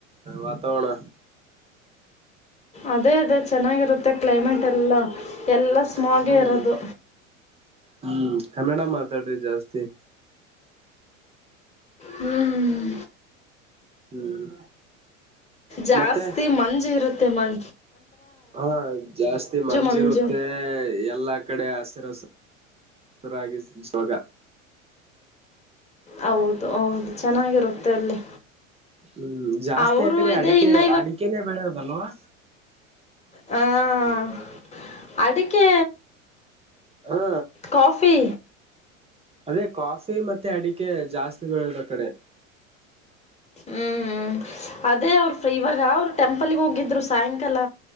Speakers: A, on the right; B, on the left.
A: ವಾತಾವರಣ
B: ಅದೇ ಅದೇ ಚೆನ್ನಾಗಿರುತ್ತೆ ಕ್ಲೈಮೇಟ್ ಎಲ್ಲ ಎಲ್ಲ ಸ್ಮಾಗೇ
A: ಹ್ಮ್
B: ಇರೋದು
A: ಹ್ಮ್ ಕನ್ನಡ ಮಾತಾಡ್ರಿ ಜಾಸ್ತಿ
B: ಹ್ಮ್
A: ಹ್ಮ್
B: ಜಾಸ್ತಿ
A: ಮತ್ತೆ
B: ಮಂಜು ಇರುತ್ತೆ ಮಂ
A: ಹಾ ಜಾಸ್ತಿ ಮಂಜ
B: ಮಂಜು
A: ಇರುತ್ತೆ ಎಲ್ಲಾ ಕಡೆ ಹಸಿರ ಹಸ ಸರಾಗಿ ಸ್ವಗ
B: ಹೌದು ಹೌದು ಚೆನ್ನಾಗಿರುತ್ತೆ ಅಲ್ಲಿ
A: ಹ್ಮ್ ಜಾಸ್ತಿ
B: ಅವರು
A: ಆ ಕಡೆ
B: ಇದೆ
A: ಅಡಿಕೆ
B: ಇನ್ನು
A: ಅಡಿಕೆನೆೇ ಬೆಳೆದಲ್ವಾ
B: ಹ ಅದಕ್ಕೆ
A: ಹಾ
B: ಕಫಿ
A: ಅದೇ ಕಾಫಿ ಮತ್ತೆ ಅಡಿಕೆ ಜಾಸ್ತಿ ಬೆಳದ ಆ ಕಡೆ
B: ಹ್ಮ್ ಹ್ಮ್ ಅದೇ ಅವರು ಇವಾಗ ಅವರು ಟೆಂಪಲ್ಗೆ ಹೋಗಿದ್ರು ಸಾಯಂಕಾಲ